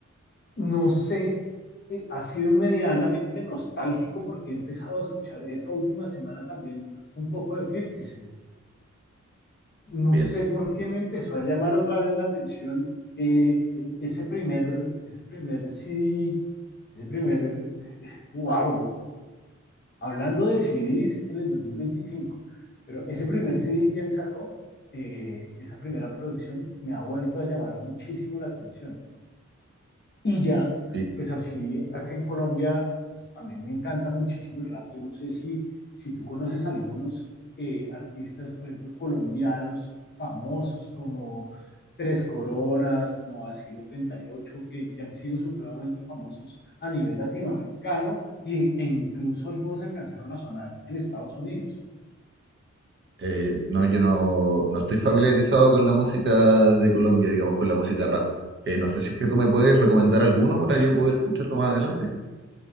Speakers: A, on the left; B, on the right.
A: no sé, eh, ha sido medianamente nostálgico porque he empezado a escuchar esta última semana también un poco de 50 Cent. No
B: bien,
A: sé por qué me empezó a llamar otra vez la atención eh, eh, ese primer, ese primer CD, ese primer, <laughs> wow, hablando de CDs en el 2025, pero ese primer CD que él sacó, eh, esa primera producción, me ha vuelto a llamar muchísimo la atención. Y ya,
B: sí.
A: pues así, acá en Colombia pues, también me encanta muchísimo el rap. Yo no sé si, si tú conoces algunos eh, artistas, por ejemplo, colombianos famosos como Tres Coronas, como Asilo treinta y ocho que, que han sido supremamente famosos a nivel latinoamericano y, e incluso algunos alcanzaron a sonar en Estados Unidos.
B: Eh, no, yo no, no estoy familiarizado con la música de Colombia, digamos, con la música rap. Eh, no sé si es que tú me puedes recomendar alguno para yo poder escucharlo más adelante.